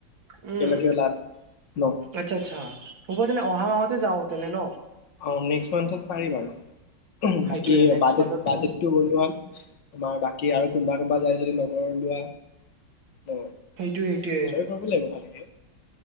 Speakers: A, on the right (about 85°); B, on the left (about 70°).
A: উম
B: একেলগে ওলাম ন
A: আচ্ছা আচ্ছা। হব তেনে অহা মাহতে যাওঁ তেনে ন?
B: অ নেক্সট মান্থত পাৰি বাৰু।
A: সেইটোয়ে
B: বাকী
A: নেক্সট
B: বাজেট
A: মান্থত গম
B: বাজেটটো বো আৰু তোমাৰ কি আৰু কোনোবা কোনোবা যায় যদি লগৰৰ লোৱা। ন
A: সেইটোয়ে সেইটোয়ে।
B: এনজয় কৰিব লাগিব ভালকে